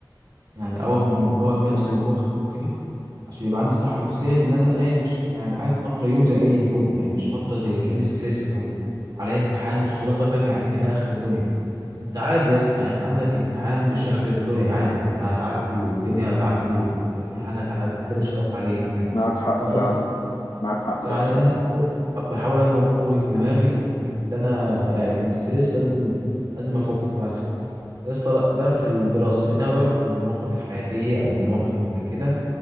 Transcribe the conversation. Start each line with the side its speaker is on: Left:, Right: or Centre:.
Right: يعني اقوي من اقوي من نفسي
Left: تمام
Right: والمخ وكده عشان يبقى عندي صحه نفسيه اللي انا قاعد مش يعني قاعد فتره يوم زي اي يوم يعني مش فتره زي كاني ستريس او عليا امتحان وخلاص بقى فاهم يعني كانها اخر الدنيا انت عادي يا اسطى يعني انت عندك امتحان مش اخر الدنيا عادي يعني انت هتعدي والدنيا هتعدي وكل حاجه هتعدي الدنيا مش هتقف عليك يعني
Left: معاك حق
Right: فاهم
Left: فعلا
Right: قصدي
Left: معاك حق
Right: يعني
Left: فعلا
Right: انا بحاول اوهم اوهم دماغي ان انا يعني الاستريس لازم لازم افك مثلا يا اسطى ده في الدراسه انما بقى في المواقف الحياتيه او المواقف اللي كده